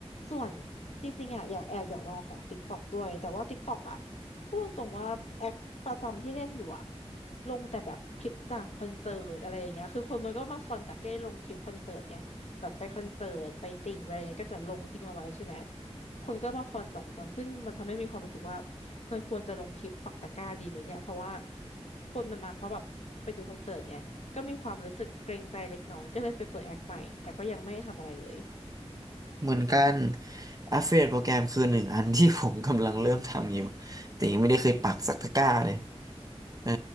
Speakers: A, on the left (about 75°); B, on the right (about 35°).
A: ส่วนจริงๆอ่ะอยากแอบอยากลองของ TikTok ด้วยแต่ว่า TikTok อ่ะพูดตรงๆว่าแอคประจำที่เล่นอยู่อ่ะลงแต่แบบคลิปจากคอนเสิร์ตอะไรอย่างเงี้ยคือคนมันก็มาฟอนจากที่ได้ลงคลิปคอนเสิร์ตไงแบบไปคอนเสิร์ตไปติ่งไปอะไรเงี้ยก็จะลงทิ้งเอาไว้ใช่ไหมคนก็มาฟอนจากนั้นซึ่งมันทำให้มีความรู้สึกว่ามันควรจะลงคลิปปักตะกร้าดีไหมเนี่ยเพราะว่าคนมันมาเพราะแบบไปดูคอนเสิร์ตไง ก็มีความรู้สึกเกรงใจเล็กน้อยก็เลยไปเปิดแอคใหม่แต่ก็ยังไม่ได้ทำอะไรเลย
B: เหมือนกัน Affiliate โปรแกรมคือหนึ่งอันที่ผมกำลังเริ่มทำอยู่แต่ยังไม่ได้เคยปักสักตะกร้าเลยเออ